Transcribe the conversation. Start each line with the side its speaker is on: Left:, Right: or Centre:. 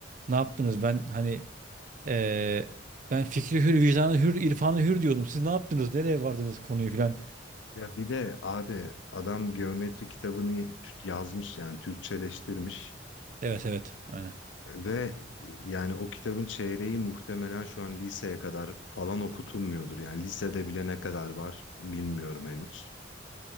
Right: ne yaptınız? Ben hani eee, ben fikri
Left: <laughs>
Right: hür, vicdanı hür, irfanı hür diyordum. Siz ne yaptınız? Nereye vardınız konuyu filan?
Left: Ya bir de abi adam geometri kitabını yazmış yani Türkçeleştirmiş.
Right: Evet evet aynen.
Left: Ve e, yani o kitabın çeyreği muhtemelen şu an liseye kadar falan okutulmuyordur. Yani lisede bile ne kadar var bilmiyorum henüz.